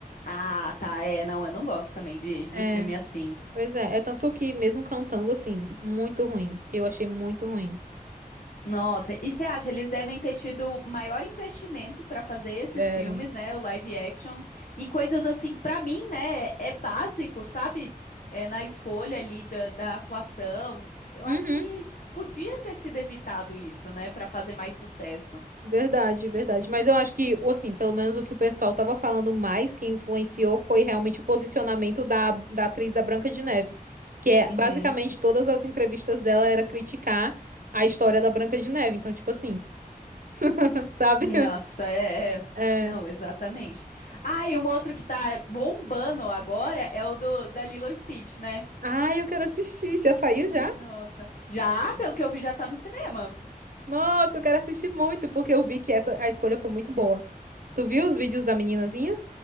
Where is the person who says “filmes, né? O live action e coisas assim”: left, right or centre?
Left